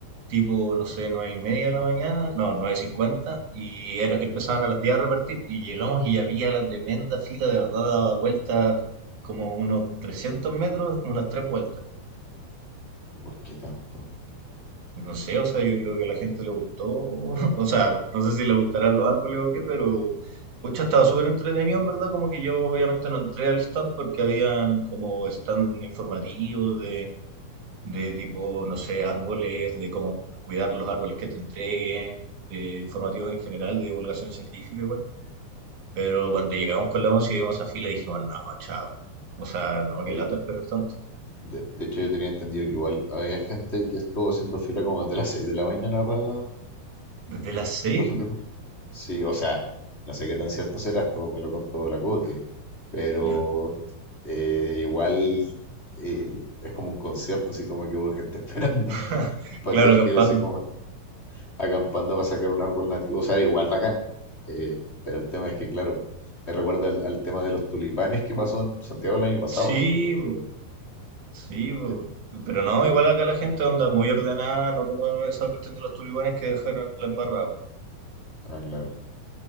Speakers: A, on the right; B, on the left.
A: tipo, no sé, nueve y media de la mañana, no, nueve cincuenta, y era- empezaban a las 10 a repartir, y llegamos y había la tremenda fila, de verdad, daba vueltas como unos 300 metros, como unas tres vueltas.
B: ¿Por qué tanto?
A: No sé, o sea, yo creo que a la gente le gustó, <laughs> o sea, no sé si le gustarán los árboles o qué, pero, pucha, estaba súper entretenido, en verdad, como que yo obviamente no entré al stand porque habían como stand informativos de de tipo, no sé, árboles, de cómo cuidar los árboles que te entreguen, eh, informativos en general, de divulgación científica igual. Pero cuando llegamos con la once y vimos a fila, dijimos, no, chao. O sea, no, qué
B: Oye,
A: lata esperar tanto.
B: de, de hecho yo tenía entendido que igual había gente que estuvo haciendo fila como desde las 6 de la mañana para
A: Desde las seis,
B: sacar un- Sí, o sea, no sé qué tan cierto será, esto me lo contó la Coti, pero
A: ya.
B: eh, igual eh, es como un concierto, así como que hubo gente <laughs> esperando
A: <laughs>
B: para
A: Claro,
B: hacer fila,
A: acampando.
B: así como Hagan Panda para sacar un árbol nativo, o sea, igual bacán. Eh, pero el tema es que, claro, me recuerda al, al tema de los tulipanes que pasó en Santiago el año pasado,
A: Sí,
B: si es que no me equivoco.
A: po, sí, po.
B: ¿Quién-
A: Pero no,
B: quién?
A: igual acá la gente anda muy ordenada, no como esa cuestión de los tulibanes que dejaron la embarrada.
B: Ah, claro.